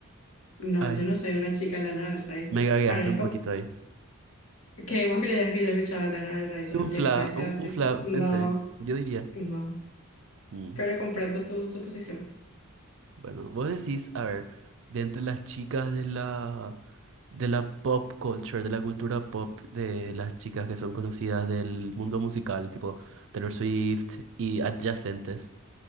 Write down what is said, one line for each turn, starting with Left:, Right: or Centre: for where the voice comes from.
Left: No,
Right: Ay,
Left: yo no soy una chica Lana del Rey.
Right: me gagueaste
Left: Parezco
Right: un poquito ahí.
Left: que vos creías que yo escuchaba Lana del Rey
Right: Sí,
Left: todo
Right: un
Left: el
Right: fla,
Left: tiempo y decía,
Right: un, un fla,
Left: no,
Right: pensé. Yo diría.
Left: no.
Right: Mm.
Left: Pero comprendo tu suposición.
Right: Bueno, vos decís, a ver, de entre las chicas de la, de la pop culture, de la cultura pop, de las chicas que son conocidas del mundo musical, tipo Taylor Swift y adyacentes,